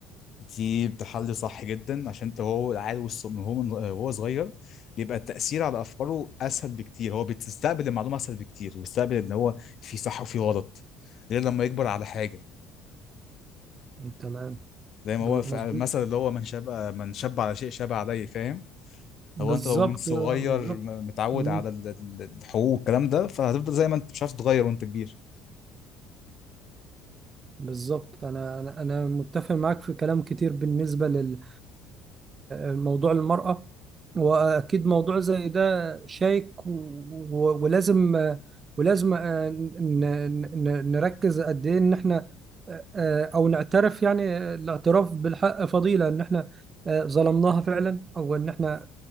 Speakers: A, on the left; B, on the right.
A: دي بتحل صح جدا عشان انت هو عيل والص- من هو من هو صغير بيبقى التأثير على أفكاره أسهل بكتير هو بيستقبل المعلومة أسهل بكتير ويستقبل إن هو في صح وفي غلط غير لما يكبر على حاجة
B: تمام
A: زي ما
B: ب-
A: هو في
B: مظبوط
A: المثل اللي هو من شاب من شاب على شيء شاب عليه فاهم
B: بالظبط
A: هو أنت لو من صغير
B: بالظبط
A: م- متعود
B: مم.
A: على ال- ال- الحقوق والكلام ده فهتفضل زي ما أنت مش عارف تتغير وأنت كبير
B: بالظبط انا انا انا متفق معاك في كلام كتير بالنسبه لل لموضوع المراه واكيد موضوع زي ده شائك و- و- ولازم ولازم آه، ن- ن- نركز قد ايه ان احنا آه، آه، او نعترف يعني الاعتراف بالحق فضيله ان احنا آه، ظلمناها فعلا او ان احنا